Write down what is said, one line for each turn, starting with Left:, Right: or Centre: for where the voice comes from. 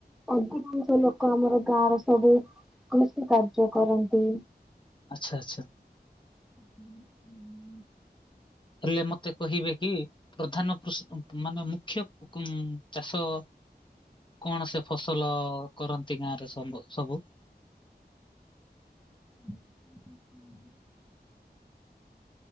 Centre: ଅଧିକାଂଶ ଲୋକ ଆମର ଗାଁର ସବୁ କୃଷି କାର୍ଯ୍ୟ କରନ୍ତି।
Left: ଆଚ୍ଛା ଆଚ୍ଛା।
Centre: ହ ହୁଁ।
Left: ହେଲେ ମତେ କହିବେ କି ପ୍ରଧାନ କୃ ମାନେ ମୁଖ୍ୟ ଉ ଚାଷ କଣ ସେ ଫସଲ କରନ୍ତି ଗାଁରେ ସ ସବୁ?
Centre: ହୁଁ